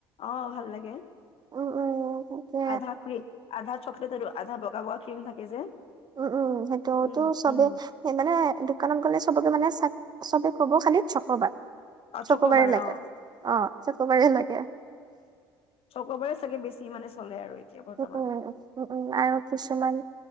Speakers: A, on the left (about 50°); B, on the right (about 35°).
A: অহ ভাল লাগে
B: উম, উম, তাকে
A: আধা ক্ৰীম আধা চকলেট আধা বগা বগা ক্ৰীম থাকে যে
B: উম উম সেইটোতো
A: উম
B: চবেই
A: উম
B: মানে দোকানত গ'লে চবকে মানে আচলতে কব খালি চক'বাৰ
A: অ
B: চকবাৰী
A: চকবাৰ
B: লাগে
A: অ
B: অ চকবাৰী লাগে <inaudible>
A: চকবাৰে চাগে বেছি মানে চলে আৰু এতিয়া বৰ্তমান
B: উ উম উ উম আৰু কিছুমান